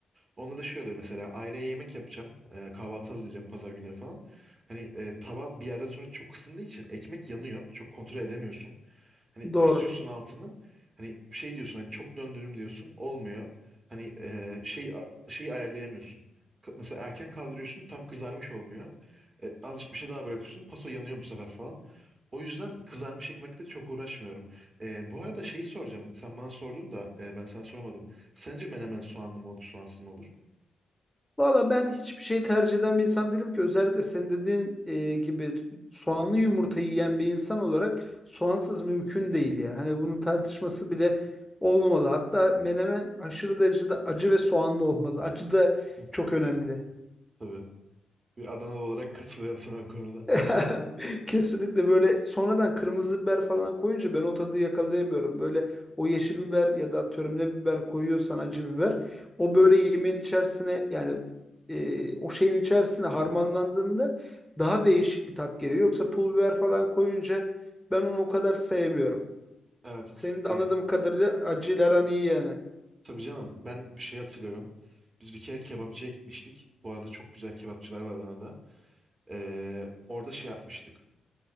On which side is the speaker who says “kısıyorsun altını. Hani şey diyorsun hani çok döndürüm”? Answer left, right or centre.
Right